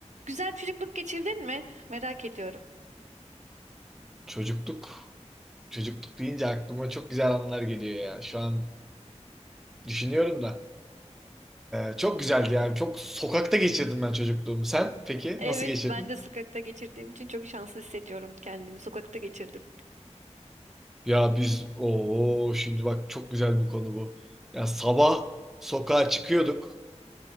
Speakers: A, on the right; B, in the centre.
A: Güzel bir çocukluk geçirdin mi? Merak ediyorum.
B: Çocukluk, çocukluk deyince aklıma çok güzel anılar geliyor ya. Şu an düşünüyorum da. Ee, çok güzeldi yani. Çok sokakta geçirdim ben çocukluğumu. Sen peki
A: Evet,
B: nasıl geçirdin?
A: ben de sokakta geçirdiğim için çok şanslı hissediyorum kendimi. Sokakta geçirdim.
B: Ya biz o şimdi bak çok güzel bir konu bu. Ya sabah sokağa çıkıyorduk.